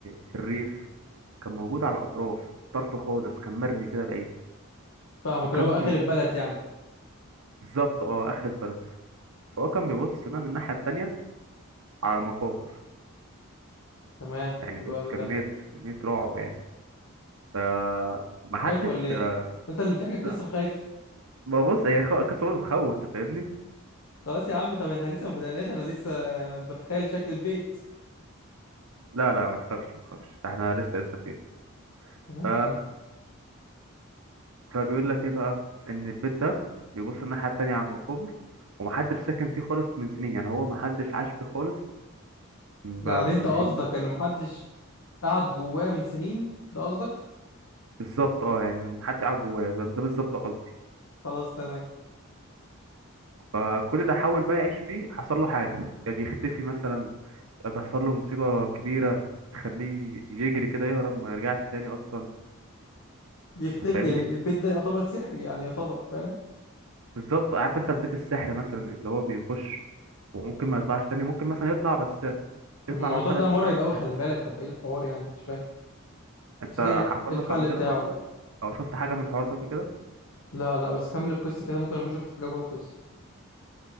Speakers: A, on the right; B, on the left.
A: في الريف كان موجود على الاطراف طرف خالص كان مرمي كده بعيد
B: فاهمك
A: وكان
B: اللي هو اخر
A: بيبص
B: البلد يعني
A: بالظبط اه اخرة بلد فهو كان بيبص بقى من الناحية التانية على المقابر
B: تمام
A: يعني
B: حلو
A: بص
B: قوي
A: كمية
B: ده
A: كمية رعب يعني فمحدش
B: خايف ولا ايه ما انت اللي بتحكي القصة
A: لا
B: وخايف
A: ببص هي خ- قصة برضه تخوف انت فاهمني
B: خلاص يا عم طب احنا لسه ما بدأناش انا لسه بتخيل شكل البيت
A: لا لا ما تخافش ما تخافش احنا لسه لسه فيها
B: تمام
A: ف...
B: كمل
A: فبيقول لك ايه بقى ان البيت ده بيبص الناحية التانية على المقابر ومحدش ساكن فيه خالص من سنين يعني هو محدش عاش فيه خالص ب-
B: يعني
A: من
B: انت قصدك
A: سنين
B: ان محدش قعد جواه من سنين ده قصدك
A: بالظبط اه يعني محدش قاعد جواه ده ده بالظبط قصدي
B: خلاص تمام
A: فكل اللي حاول بقى يعيش فيه حصل له حاجة يا بيختفي مثلا بيحصل له مصيبة كبيرة تخليه يجري كده يهرب ما يرجعش تاني أصلا
B: بيختفي
A: أنت فاهمني؟
B: يعني البيت ده يعتبر سحري يعني يعتبر فاهم
A: بالظبط عارف أنت في بيت السحر مثلا اللي هو بيخش وممكن ما يطلعش تاني ممكن مثلا يطلع بس
B: طب
A: يطلع
B: الموضوع
A: مثلا
B: ده مرعب قوي خلي بالك طب ايه الحوار يعني مش فاهم
A: أنت
B: تفتكر ايه
A: حصل
B: الحل
A: لك قبل كده
B: بتاعه
A: الحوار ده أو شفت حاجة من الحوار ده قبل كده؟
B: لا لا بس كمل القصه كده ممكن اكون شفت حاجه جوه القصه